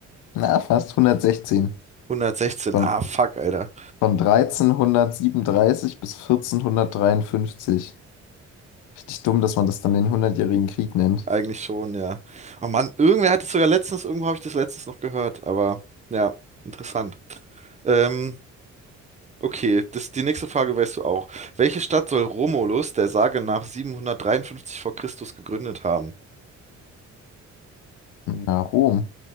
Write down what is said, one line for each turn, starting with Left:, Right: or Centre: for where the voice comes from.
Left: Na, fast 116.
Right: 116.
Left: Von,
Right: Ah, fuck, Alter.
Left: von 1337 bis 1453. Richtig dumm, dass man das dann den Hundertjährigen Krieg nennt.
Right: Eigentlich schon, ja. Oh Mann, irgendwer hat es sogar letztens, irgendwo habe ich das letztens noch gehört, aber ja, interessant. Ähm, okay, das, die nächste Frage weißt du auch. Welche Stadt soll Romulus der Sage nach 753 vor Christus gegründet haben?
Left: Na, Rom.